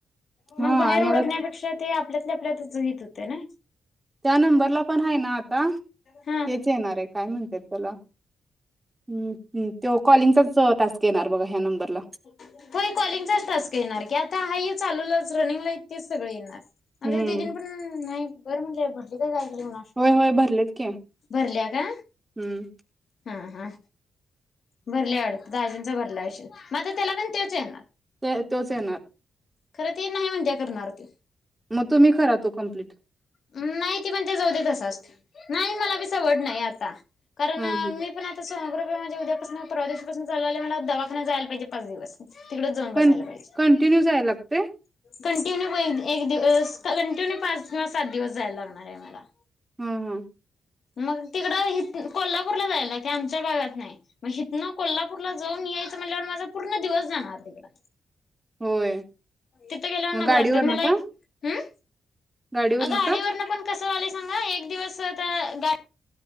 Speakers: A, on the left (about 60°); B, on the right (about 20°).
A: मग
B: हा
A: बाहेर
B: आणि आता
A: डखण्यापेक्षा ते आपल्यातले आपल्याच हित होते ना
B: त्या नंबरला पण आहे ना आता
A: हा
B: तेच येणार आहे काय म्हणत ला ह् त कॉलिंगचाच टासक येणार बघा ह्या नंबरला
A: हो कॉलिंगचाच टास्क येणार की आता आहेा चालूलंच रनिंगला तेच सगळ येणार आमच्या
B: हम्म
A: द दिन पण नाही बरं म्हणजे भटली काय केली कुणास ठाऊक
B: होय होय भरलेत की
A: भरल्या का
B: हम्म
A: हा हा भरले आवडत दाजींच भरल्या आशील मात्र त्याला पण तेच येणार
B: ते तोच येणार
A: खरं ते नाही म्हणत्या करणार त
B: मग तुम्ही करा तो कम्प्लीट
A: नाही त पण ते जाऊ द त अस असते नाही मला वड नाही आता कारण
B: ह
A: मी पण आता नग्र माझे उद्यापासून प्रदेशपासून चालले मला दखाना जायला पाहिजे पाच दिवस तिकडच जाऊन बसायला
B: क
A: पाहिजे
B: कंटिन्यू जायला लागते
A: कंटिन्यू एक दिव कंटिन्यू पाच किंवा सात दिवस जायला लागणार आहे मला
B: ह ह
A: मग तिकडं ह कोल्हापूरला जायला की आमच्या भागात नाही मग हथनं कोल्हापूरला जाऊन यायचं म्हणल्यावर माझा पूर्ण दिवस जाणार तिकडं
B: होय
A: तिथ केल्यावन
B: मग
A: नंबर
B: गाडीवरन
A: असतात मला
B: का
A: हम
B: गाडीवरन
A: अग आडीवरन
B: का
A: पण कसं वाले सांगा एक दिवस गाडी